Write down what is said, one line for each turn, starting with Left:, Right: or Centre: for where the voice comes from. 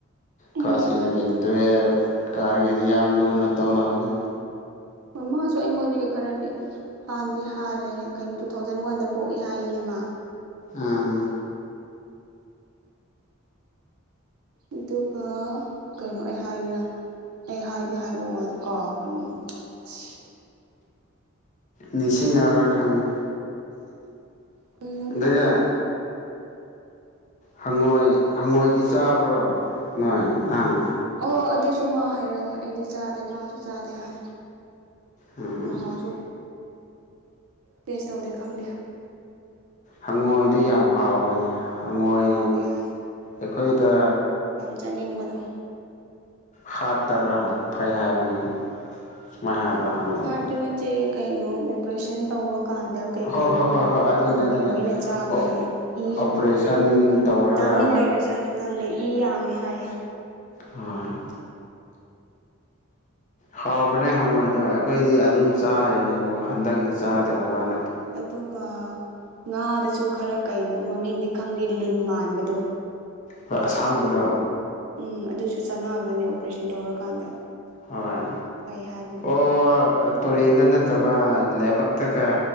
Right: ꯎꯝ
Left: ꯀ꯭ꯂꯥꯁ ꯏꯂꯚꯦꯟ ꯇꯨꯋꯜꯕ ꯀꯥꯔꯤꯉꯩꯗ ꯌꯥꯝ ꯂꯨꯅ ꯇꯧꯅꯕꯅ
Right: ꯃꯥꯁꯨ ꯑꯩꯉꯣꯟꯗꯒꯤ ꯈꯔꯗꯤ ꯍꯥꯟꯅꯗꯤ ꯍꯥꯜꯂꯦꯅꯦ ꯀꯩꯅꯣ ꯇꯨ ꯊꯥꯎꯖꯟ ꯋꯥꯟꯗ ꯄꯣꯛꯏꯦ ꯍꯥꯏꯅꯦ ꯃꯥ
Left: ꯑꯥ
Right: ꯑꯗꯨꯒ ꯀꯩꯅꯣ ꯑꯩ ꯍꯥꯏꯅꯤꯡꯉꯥꯏ ꯑꯩ ꯍꯥꯏꯗꯤꯦ ꯍꯥꯏꯕ ꯋꯥꯗꯣ ꯀꯥꯎꯈ꯭ꯔꯦ ꯑꯃꯨꯛ ꯑꯁ
Left: ꯅꯤꯡꯁꯤꯡꯉꯔ ꯈꯪꯉꯦ
Right: ꯀꯩꯅꯣ
Left: ꯑꯗꯨꯒ
Right: ꯀꯥꯎꯔꯦ
Left: ꯍꯪꯉꯣꯏ ꯍꯪꯉꯣꯏꯗꯤ ꯆꯥꯕ꯭ꯔꯣ ꯅꯣꯏ ꯅꯪ
Right: ꯑꯣ ꯑꯗꯨꯁꯨ ꯃꯥ ꯍꯥꯏꯔꯒ ꯑꯩꯗꯤ ꯆꯥꯗꯦ ꯃꯥꯁꯨ ꯆꯥꯗꯦ ꯍꯥꯏ
Left: ꯎꯝ
Right: ꯃꯍꯥꯎꯁꯨ ꯇꯦꯁ ꯇꯧꯗꯦ ꯈꯪꯗꯦ꯫
Left: ꯍꯪꯉꯣꯏꯗꯨ ꯌꯥꯝ ꯍꯥꯎꯕꯅꯦ ꯍꯪꯉꯣꯏ
Right: ꯍꯥꯎꯋꯦ ꯍꯥꯏ
Left: ꯑꯩꯈꯣꯏꯗ꯫
Right: ꯆꯠꯅꯤꯡꯕꯗꯣ꯫
Left: ꯍꯥꯠꯇꯔꯥ ꯐꯩ ꯍꯥꯏꯕꯅꯤ ꯁꯨꯃꯥꯏꯅ ꯍꯥꯏꯕ꯭ꯔꯥ ꯍꯪꯉꯣꯏꯗꯣ
Right: ꯍꯥꯔꯠꯇꯅ ꯆꯦ ꯀꯩꯅꯣ ꯑꯣꯄꯔꯦꯁꯟ ꯇꯧꯕ ꯀꯥꯟꯗ ꯀꯩ
Left: ꯍꯣꯏ
Right: ꯀꯩꯅꯣ
Left: ꯍꯣꯏ ꯍꯣꯏ ꯍꯣꯏ ꯑꯗꯨꯅꯦ
Right: ꯍꯪꯒꯣꯏ
Left: ꯑꯗꯨꯅꯦ
Right: ꯂꯣꯏꯅ ꯆꯥꯕꯅꯦ
Left: ꯑꯣ
Right: ꯏ
Left: ꯑꯣꯄꯔꯦꯁꯟ ꯇꯧꯔꯒ
Right: ꯚꯤꯇꯥꯃꯤꯟ ꯂꯩꯔꯖꯥꯠꯅ ꯈꯪꯗꯦ ꯏ ꯌꯥꯝꯃꯦ ꯍꯥꯏꯌꯦꯦ
Left: ꯑꯝ ꯍꯥꯎꯕꯅꯦ ꯍꯪꯉꯣꯏꯗꯣ ꯑꯩꯈꯣꯏꯗꯤ ꯑꯗꯨꯝ ꯆꯥꯔꯤꯅꯦꯕꯀꯣ ꯍꯟꯗꯛꯅ ꯆꯥꯗꯕ ꯋꯥꯅꯤ
Right: ꯑꯗꯨꯒ ꯉꯥꯗꯁꯨ ꯈꯔ ꯀꯩꯅꯣ ꯃꯃꯤꯡꯗꯤ ꯈꯪꯗꯦ ꯂꯤꯟ ꯃꯥꯟꯕꯗꯣ
Left: ꯍꯣꯏ ꯑꯁꯥꯡꯕꯗꯣ
Right: ꯎꯝ ꯑꯗꯨꯁꯨ ꯆꯥꯟꯅꯕꯅꯦ ꯑꯣꯄꯔꯦꯁꯟ ꯇꯧꯔꯀꯥꯟꯗ
Left: ꯍꯣꯏ
Right: ꯐꯩ ꯍꯥꯏꯕꯅꯦ
Left: ꯑꯣ ꯇꯨꯔꯦꯟꯗ ꯅꯠꯇꯕ ꯂꯩꯥꯏꯕꯛꯇꯒ